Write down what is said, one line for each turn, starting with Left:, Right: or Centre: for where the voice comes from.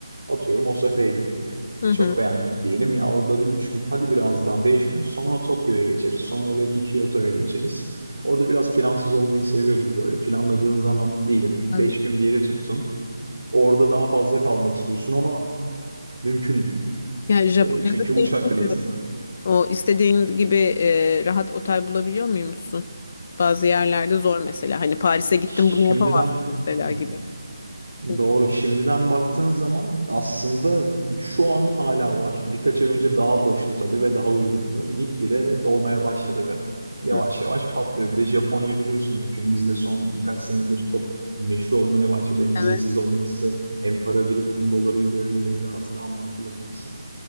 Right: Atıyorum Osaka'ya gittik.
Left: Hı
Right: Çok
Left: hı.
Right: beğendik diyelim ya orada da 3 gün hadi biraz daha 5 gün sonra Tokyo'ya geçeriz. Sonra belki Kyoto'ya geçeriz. Orada biraz plansız olmayı seviyoruz böyle. Planladığın zaman diyelim 5
Left: Ben-
Right: gün bir yere tuttun. Orada daha fazla kalmak istiyorsun ama Mümkün değil.
Left: Yani Japonya'da
Right: E, çünkü
Left: şey
Right: uçak
Left: bilmiyorum.
Right: biletin var.
Left: O istediğiniz gibi e, rahat otel bulabiliyor muymuşsun? Bazı yerlerde zor mesela. Hani Paris'e gittim
Right: Şimdiden
Left: bunu yapamazsın mesela
Right: Hı,
Left: gibi. Hı,
Right: doğru. Şimdiden baktığın zaman aslında şu an hala var. Birkaç ay önce daha boştu tabii ve daha uygundu. Gitgide dolmaya başladı ve yavaş
Left: hı.
Right: yavaş patlıyor. Bir de Japonya biliyorsun ülkemizde son birkaç senedir çok meşhur olmaya başladı. Hem
Left: Evet.
Right: vizesiz olması hem para biriminin dolara euroya göre biraz daha makul olması.